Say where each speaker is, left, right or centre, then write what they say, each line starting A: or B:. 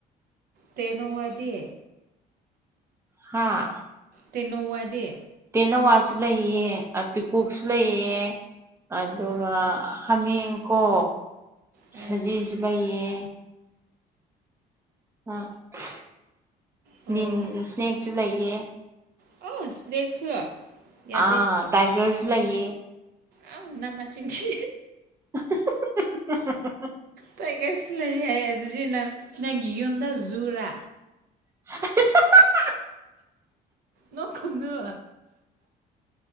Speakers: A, on the right; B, on the right.
A: ꯇꯦꯅꯋꯥꯗꯤ꯫
B: ꯍꯥꯥ꯫
A: ꯇꯦꯅꯣꯋꯥꯗꯤ
B: ꯇꯦꯅꯋꯥꯁꯨ ꯂꯩꯑ ꯄꯤꯀꯣꯛꯁꯨ ꯂꯩꯌꯦ ꯑꯗꯨꯒ꯫
A: ꯑꯣ
B: ꯍꯥꯃꯦꯡꯀꯣ
A: ꯑ
B: ꯁꯖꯤꯁꯨ ꯂꯩꯌꯦ꯫ <unintelligible>
A: ꯑꯣ
B: ꯑ ꯂꯤꯟ ꯁ꯭ꯅꯦꯛꯁꯨ ꯂꯩꯌꯦ
A: ꯑꯣ ꯁ꯭ꯅꯦꯛꯁꯨ ꯌꯥꯗꯦ
B: ꯑꯥ꯫ ꯇꯥꯏꯒꯔꯁꯨ ꯂꯩꯌꯦ꯫
A: ꯑꯥ ꯅꯪ ꯃꯆꯤꯟ ꯊꯤ꯫
B: <unintelligible>
A: ꯇꯥꯏꯒꯔꯁꯨ ꯂꯩ ꯍꯥꯏ ꯑꯗꯨꯗꯤ ꯅꯪ ꯅꯒꯤ ꯌꯨꯝꯗꯣ ꯖꯨꯔꯥ꯫
B: <unintelligible>
A: ꯅꯣꯛꯀꯅꯨ꯫